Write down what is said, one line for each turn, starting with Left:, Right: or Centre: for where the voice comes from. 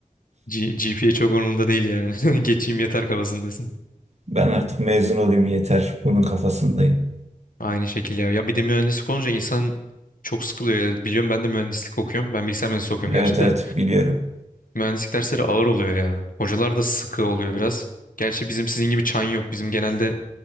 Left: G GPA çok umurumda değil yani. <laughs> Geçeyim yeter kafasındasın.
Right: Ben artık mezun olayım yeter. Bunun kafasındayım.
Left: Aynı şekil ya. Ya bir de mühendislik olunca insan çok sıkılıyor ya. Biliyorum ben de mühendislik okuyorum. Ben bilgisayar mühendisliği okuyorum gerçi
Right: Evet
Left: de.
Right: evet biliyorum.
Left: Mühendislik dersleri ağır oluyor ya. Hocalar da sıkı oluyor biraz. Gerçi bizim sizin gibi çan yok. Bizim genelde